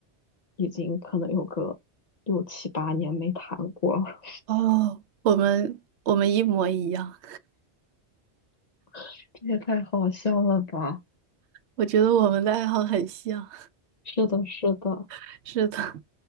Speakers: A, on the left; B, on the right.
A: 已经可能有个六七八年没弹过了。
B: 哦，我们我们一模一样，
A: <laughs> 这也太好笑了吧！
B: 我觉得我们的爱好很像。
A: 是的，是的。
B: <laughs> 是的，